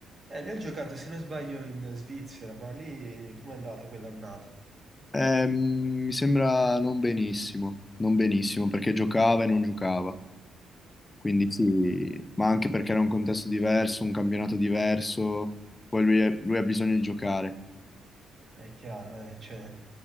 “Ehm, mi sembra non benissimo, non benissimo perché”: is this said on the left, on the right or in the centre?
Left